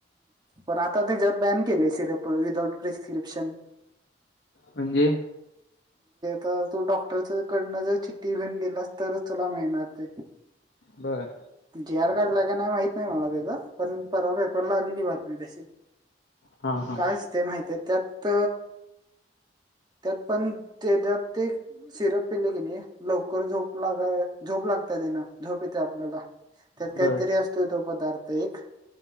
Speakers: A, on the right; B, on the left.
A: पण आता ते जर बॅन केले सिरप विदाउट प्रिस्क्रिप्शन.
B: म्हणजे?
A: तर तू डॉक्टर च कडनं जर चिठ्ठी घेऊन गेलास, तरच तुला मिळणार ते.
B: बर.
A: जी आर काढला का नाही माहित नाही, मला ते पण परवा पेपरला आलेली बातमी तशी.
B: हा हा
A: कायच ते माहीतेय त्यात त्यात पण तेज्यात ते सिरप पिले की नाही, लवकर झोप लागाय झोप लागत्या तेन. झोप येते आपल्याला, त्यात काहीतरी
B: बर
A: असतो, तो पदार्थ एक.